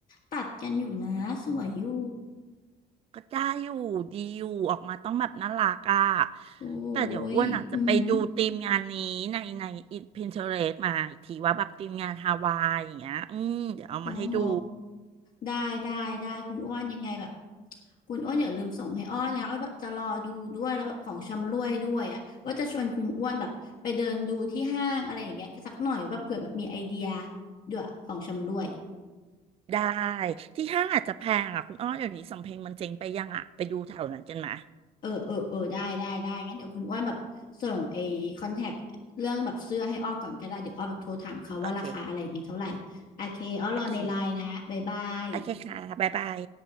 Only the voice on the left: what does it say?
ตัดกันอยู่นะสวยอยู่
โอ้
ยอือหือโอ้โห ได้ได้ได้คุณอ้วนยังไงแบบคุณอ้วนอย่าลืมส่งให้อ้อนะอ้อแบบจะรอดูด้วยแล้วแบบของชำร่วยด้วยอ่ะว่าจะชวนคุณอ้วนแบบไปเดินดูที่ห้างอะไรอย่างเงี้ยสักหน่อยแบบเผื่อแบบมีไอเดียด้วยของชำร่วย
เออเออเออได้ได้ได้งั้นเดี๋ยวคุณอ้วนแบบส่งไอ้คอนแทคเรื่องแบบเสื้อให้อ้อก่อนก็ได้เดี๋ยวอ้อแบบโทรถามเขาว่าราคาอะไรอย่างเงี้ยเท่าไหร่โอเคอ้อรอในไลน์นะบ๊ายบาย